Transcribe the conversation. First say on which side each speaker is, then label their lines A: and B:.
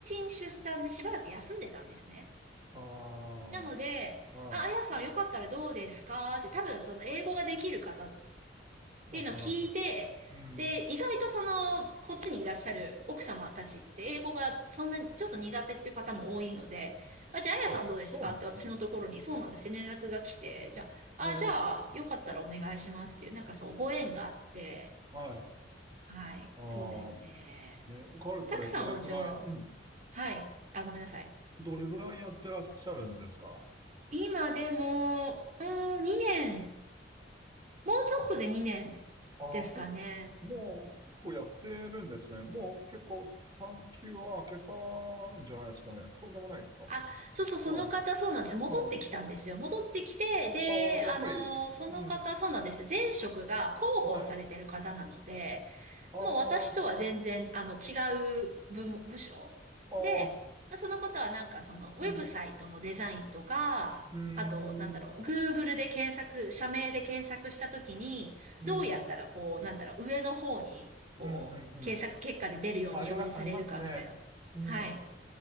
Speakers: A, on the right; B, on the right.
A: 娠出産でしばらく休んでたんですね。
B: ああ、
A: なので、
B: はい。
A: あ、あやさんよかったらどうですかって多分その英語ができる方
B: もう探してた。
A: っていうのを聞いて、
B: うん。
A: で、意外とその、こっちにいらっしゃる奥様たちって英語がそんなにちょっと苦手っていう方も多いので、あ、じゃあ、あやさんどうですかって私のところに、
B: あ、そうなんですね。
A: そうなんですね連絡が来て、じゃあ、
B: ええ、
A: あ、じゃあ、よかったらお願いしますっていう、なんかそう、ご縁があって、
B: はい。
A: はい、
B: あ
A: そうですね。
B: あ、ね、かれこれどれくらい、
A: サクさんはじゃあ、
B: うん。
A: はい、あ、ごめんなさい。
B: どれくらいやってらっしゃるんですか
A: 今でも、うーん、2年、もうちょっとで2年ですかね。
B: あ、ああ、結もう結構やってるんですね。もう結構3級は開けたんじゃないですかね。そうでもないか。
A: あ、そうそう、その方、
B: うん。
A: そうなんです。戻ってきたんですよ。
B: うん。
A: 戻ってきて、で、
B: ああ、やっぱり。
A: あのーその方、
B: うん。
A: そうなんです。前職が広報されてる方なので、
B: はい。ああ、
A: もう私とは全然、
B: あ
A: あの、違う部門、部署で、
B: あ、
A: その方はなんかその、ウェブサイトのデザインとか、
B: うん。うん。
A: あと、なんだろう、Google で検索、社名で検索したときに、
B: うん。
A: どうやったらこう、
B: うん。うん。
A: なんだろう、上の方に、こう、
B: うんうん
A: 検索結果で出るように表示されるかみたいな。
B: ありま、ありますね。うん。
A: はい。